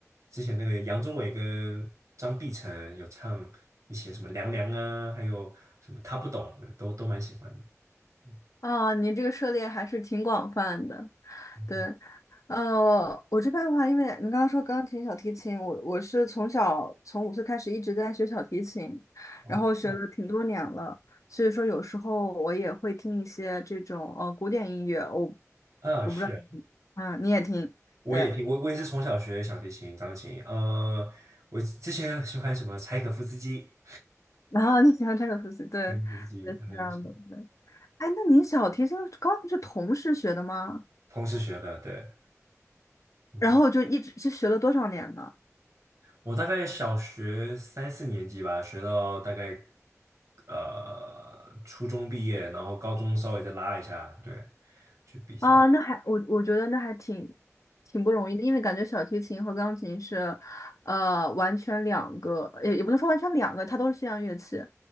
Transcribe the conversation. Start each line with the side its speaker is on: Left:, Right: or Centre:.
Right: 之前那个杨宗纬跟张碧晨有唱一些什么《凉凉》啊，还有什么他不懂，都都蛮喜欢的。嗯
Left: 啊，你这个涉猎还是挺广泛的。
Right: 嗯嗯
Left: 对，呃，我这边的话，因为你刚刚说钢琴、小提琴，我我是从小从五岁开始一直在学小提琴，
Right: 哦，
Left: 然后学了挺多年了，所以说有时候我也会听一些这种呃古典音乐，我
Right: 啊，
Left: 我不知道你，
Right: 是，
Left: 嗯，你也听，
Right: 我也听，
Left: 对，
Right: 我我也是从小学小提琴、钢琴。呃，我之前喜欢什么柴可夫斯基，
Left: 然后你喜欢柴可夫斯基，对，
Right: 柴可夫斯基还有什么，
Left: 对，是这样的，对。哎，那你小提琴、钢琴是同时学的吗？
Right: 同时学的，对，嗯。
Left: 然后就一直是学了多少年呢？
Right: 我大概小学三四年级吧，学到大概呃初中毕业，然后高中稍微再拉一下，对，去比赛，
Left: 啊，那还我我觉得那还挺挺不容易的，因为感觉小提琴和钢琴是，呃，完全两个，也也不能说完全两个，它都是西洋乐器，